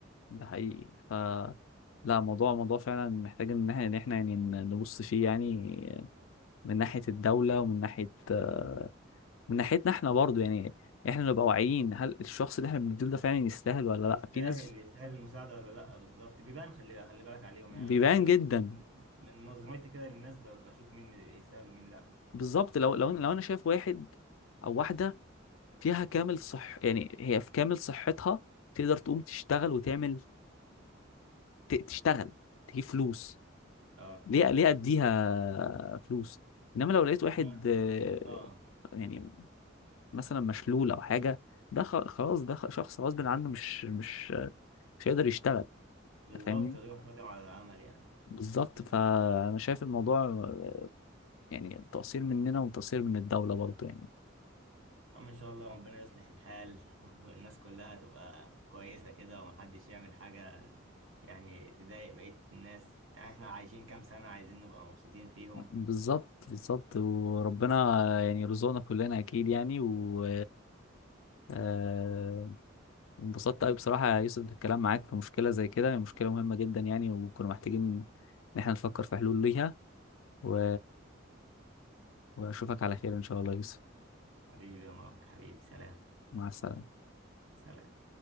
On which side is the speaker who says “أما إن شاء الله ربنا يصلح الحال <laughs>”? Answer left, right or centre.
Right